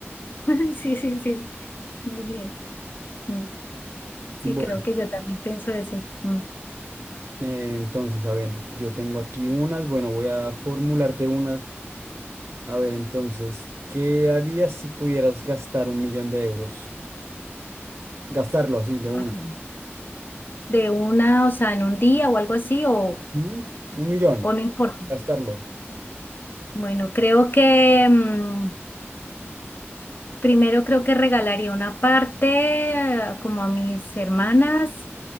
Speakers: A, on the left; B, on the right.
A: <laughs> sí, sí, sí. Muy bien. Mm. Sí,
B: Bueno,
A: creo que yo también pienso eso. Mm.
B: eh, entonces, a ver, yo tengo aquí unas, bueno, voy a formularte unas. A ver, entonces, ¿qué harías si pudieras gastar un millón de euros? Gastarlo así, de una.
A: Ajá. De una, o sea, en un día o algo así, o,
B: ¿Mm? Un millón,
A: o no importa.
B: gastarlo.
A: Bueno, creo que mm, primero creo que regalaría una parte eh, como a mis hermanas.